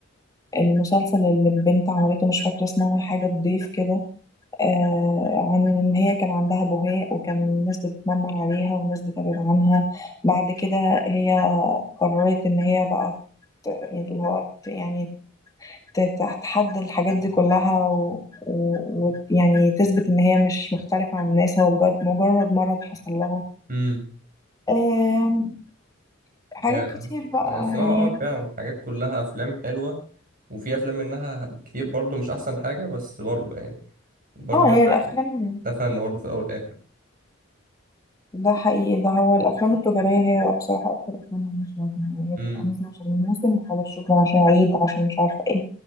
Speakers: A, on the left; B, on the right.
A: المسلسل اللي البنت عملته مش فاكرة اسمها حاجة تضيف كده آه، عن إن هي كان عندها بهاء وكان الناس بتتنمر عليها والناس بتبعد عنها بعد كده هي قررت إن هي بقى ت- اللي هو ت- يعني ت- تتحدى الحاجات دي كلها و... و... و... يعني تثبت ان هي مش مختلفة عن الناس هو بجد مجرد مرض حصل لها
B: امم
A: آم، حاجات
B: يعني
A: كتير بقى
B: هي الصراحه
A: يعني
B: اه فعلا الحاجات كلها افلام حلوه وفي افلام منها كتير برضو مش احسن حاجه بس برضو يعني برضو
A: اه هي
B: ده
A: الافلام
B: فن ده فن برضو في الاول والاخر
A: ده حقيقي ده هو الافلام التجارية هي بصراحة اكتر افلام مش لازمة يعني هي
B: امم
A: بتبقى نازلة عشان الموسم وخلاص شكرا عشان عيد عشان مش عارفة ايه